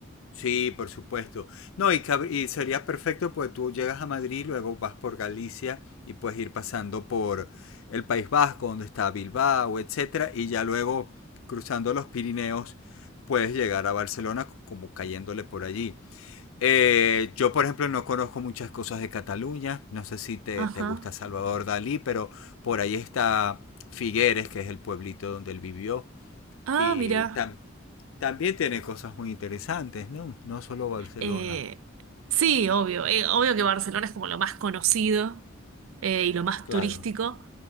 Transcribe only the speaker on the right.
Ajá.
Ah,
mira.
Eh, sí, obvio. eh, obvio que Barcelona es como lo más conocido eh, y lo más
turístico.